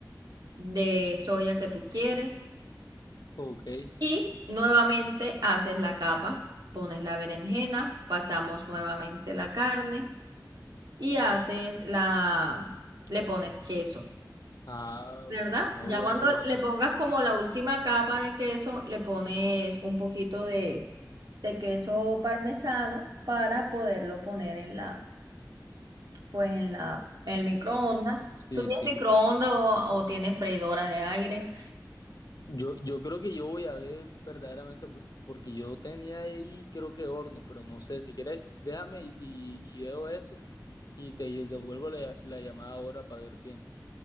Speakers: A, on the right (about 70°); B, on the left (about 60°).
A: de soya que tú quieres.
B: Ok.
A: Y nuevamente haces la capa, pones la berenjena, pasamos nuevamente la carne y haces la, le pones queso.
B: Ah,
A: ¿verdad?
B: no,
A: Ya
B: bueno,
A: cuando
B: bueno.
A: le pongas como la última capa de queso, le pones un poquito de, de queso parmesano para poderlo poner en la, pues en la, en el microondas.
B: Sí, sí.
A: ¿Tú tienes
B: sí.
A: microondas o, o tienes freidora de aire?
B: Yo, yo creo que yo voy a ver verdaderamente, por- porque yo tenía ahí, creo que horno, pero no sé, si quieres, déjame y, y- y veo eso y te devuelvo la, la llamada ahora para ver bien.